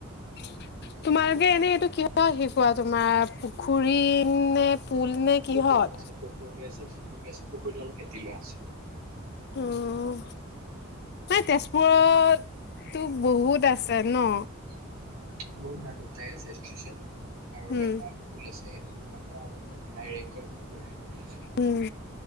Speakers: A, on the left (about 55°); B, on the right (about 80°).
A: <inaudible> তোমালোকে এনেই এইটো কিহৰ শিকোৱা তোমাৰ পুখুৰী নে পুল নে কিহত
B: পুখুৰী আছে, পুখুৰী আছে, পুখুৰী আছে, পুখুৰী হ'ল খেতি লাষ্ট।
A: উম নাই তেজপুৰতটো বহুত আছে ন?
B: উম, বহুত না দুটাই আছে <unintelligible> আৰু
A: উম
B: এটা পুল আছে সেইটো তোমাৰ ধৰা অলপমান হাই ৰেংকৰ মানুহবোৰে
A: উম।